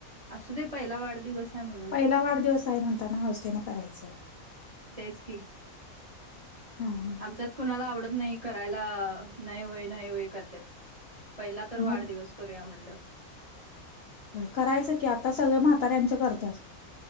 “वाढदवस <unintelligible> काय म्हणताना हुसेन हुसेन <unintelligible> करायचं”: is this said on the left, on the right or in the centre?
Left